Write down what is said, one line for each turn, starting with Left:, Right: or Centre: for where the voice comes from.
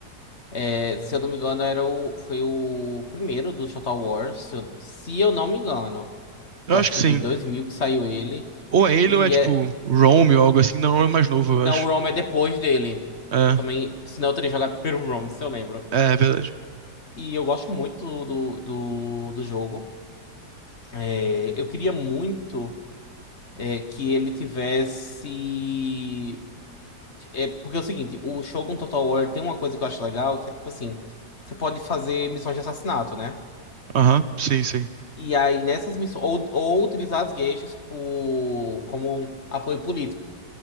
Left: É, se eu não me engano, era o, foi o primeiro dos Total Wars. Se eu, se eu não me engano.
Right: Eu
Left: Eu
Right: acho
Left: acho
Right: que
Left: que
Right: sim.
Left: foi em 2000 que saiu ele.
Right: Ou é ele
Left: E
Right: ou é, tipo,
Left: é.
Right: Rome ou algo assim. Não, Rome é mais novo, eu
Left: Não,
Right: acho.
Left: o ROM é depois dele.
Right: É,
Left: Eu também. Senão eu teria jogado <laughs> primeiro o ROM, se eu lembro.
Right: é, é verdade.
Left: E eu gosto muito do, do, do, do jogo. É, eu queria muito é, que ele tivesse. É, porque é o seguinte: o Shogun Total War tem uma coisa que eu acho legal, que é tipo assim: você pode fazer missões de assassinato, né?
Right: Aham, sim, sim.
Left: E aí, nessas missões, ou, ou utilizar as gueixas por- como um apoio político.